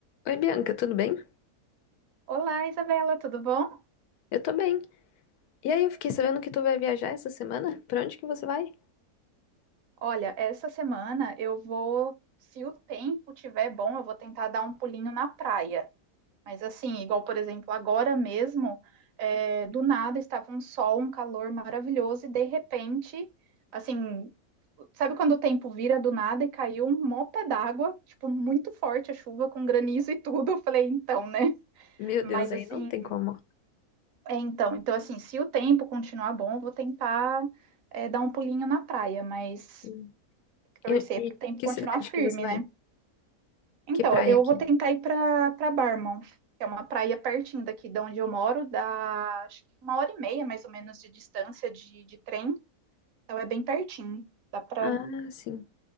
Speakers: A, on the left; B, on the right.
A: Oi, Bianca, tudo bem?
B: Olá, Isabela, tudo bom?
A: Eu tô bem. E aí, eu fiquei sabendo que tu vai viajar essa semana? Pra onde que você vai?
B: Olha, essa semana eu vou, se o tempo tiver bom, eu vou tentar dar um pulinho na praia. Mas assim, igual, por exemplo, agora mesmo, é, do nada estava um sol, um calor maravilhoso, e de repente, assim, sabe quando o tempo vira do nada e caiu um mopé d'água, tipo, muito forte a chuva, com granizo e tudo. Eu falei, então, né?
A: Meu
B: Mas
A: Deus, aí
B: assim,
A: não tem como.
B: é então, então assim, se o tempo continuar bom, eu vou tentar é, dar um pulinho na praia, mas
A: Sim.
B: torcer
A: E, e
B: para o tempo
A: que
B: continuar
A: cidade
B: firme,
A: que você vai?
B: né? Então,
A: Que praia
B: eu
A: que
B: vou tentar
A: é?
B: ir para para Barmouth, que é uma praia pertinho daqui de onde eu moro, dá acho que uma hora e meia mais ou menos de distância de, de trem, então é bem pertinho. Dá para
A: Ah, sim,